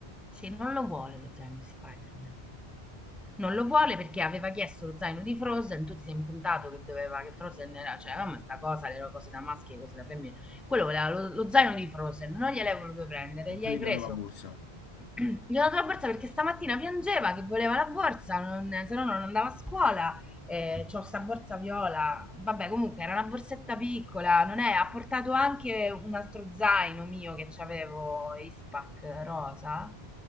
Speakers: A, in the centre; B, on the left (about 85°).
A: Sì, non lo vuole lo zaino di Spider-Man. non lo vuole perché aveva chiesto lo zaino di Frozen, tu ti sei impuntato che doveva che Frozen era, cioè, ma sta cosa, le cose da maschi e cose da femmine. Quello voleva lo, lo zaino di Frozen, non gliel'hai voluto prendere,
B: E
A: gli
B: tu
A: hai
B: gli hai
A: preso.
B: dato la borsa.
A: <clears throat> Gli ho dato la borsa perché stamattina piangeva che voleva la borsa, non- se no non andava a scuola eh, c'ho sta borsa viola, vabbè comunque era una borsetta piccola, non è, ha portato anche un altro zaino mio che c'avevo, Ispac rosa,